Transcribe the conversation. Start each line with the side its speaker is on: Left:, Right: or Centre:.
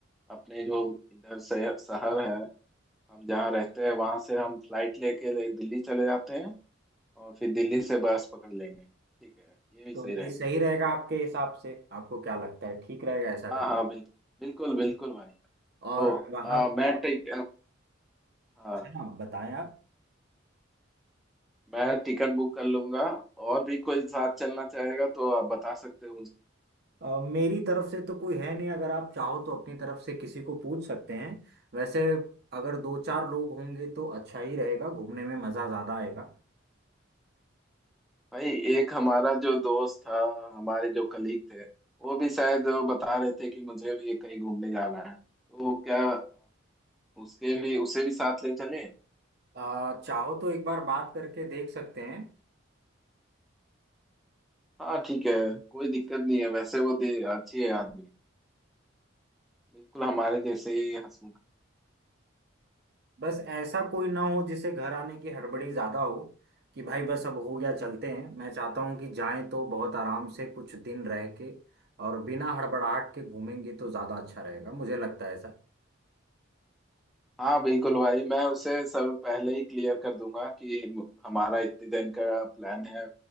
Centre: अपने जो इधर शहर शहर है हम जहाँ रहते हैं वहां से हम फ्लाइट लेके ले, दिल्ली चले जाते हैं और फिर दिल्ली से बस पकड़ लेंगे ठीक है ये भी
Right: तो
Centre: सही
Right: ये
Centre: रहेगा
Right: सही रहेगा आपके हिसाब से आपको क्या लगता है ठीक रहेगा ऐसा
Centre: हाँ
Right: करना
Centre: हाँ बिल्कुल बिल्कुल बिल्कुल भाई तो
Right: और वहाँ
Centre: आ, मैं टिक हाँ
Right: हाँ बताएं आप
Centre: मैं टिकट बुक कर लूंगा और भी कोई साथ चलना चाहेगा तो आप बता सकते हो मुझे
Right: अ, मेरी तरफ से तो कोई है नहीं अगर आप चाहो तो अपनी तरफ से किसी को पूछ सकते हैं वैसे अगर दो चार लोग होंगे तो अच्छा ही रहेगा घूमने में मज़ा ज़्यादा आएगा
Centre: भाई एक हमारा जो दोस्त था हमारे जो कलीग थे वो भी शायद वो बता रहे थे कि मुझे भी कहीं घूमने जाना है तो क्या उसके भी उसे भी साथ ले चले
Right: अ, चाहो तो एक बार बात करके देख सकते हैं
Centre: हाँ ठीक है कोई दिक्कत नहीं है वैसे वो दे अच्छी है आदमी बिल्कुल हमारे जैसे ही हंसमुख
Right: बस ऐसा कोई ना हो जिसे घर आने की हड़बड़ी ज़्यादा हो कि भाई बस अब हो गया चलते हैं मैं चाहता हूँ कि जाएं तो बहुत आराम से कुछ दिन रह के और बिना हड़बड़ाहट के घूमेंगे तो ज़्यादा अच्छा रहेगा मुझे लगता है ऐसा
Centre: हाँ बिल्कुल भाई मैं उसे सब पहले ही क्लियर कर दूंगा कि हमारा इतने दिन का प्लान है